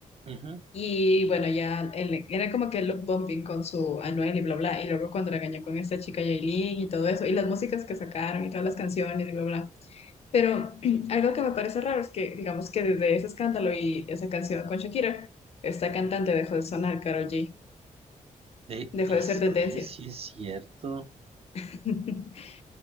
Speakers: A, on the right; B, on the left.
A: Ujú.
B: Y bueno, ya él- era como que el look bumping con su Anuel y bla, bla. Y luego cuando regañó con esta chica Yailin y todo eso, y las músicas que sacaron y todas las canciones y bla, bla. Pero <clears throat> algo que me parece raro es que, digamos que desde ese escándalo y esa canción con Shakira, esta cantante dejó de sonar Karol G,
A: De,
B: dejó
A: y,
B: de
A: si-
B: ser tendencia.
A: oye, sí es cierto.
B: <laughs>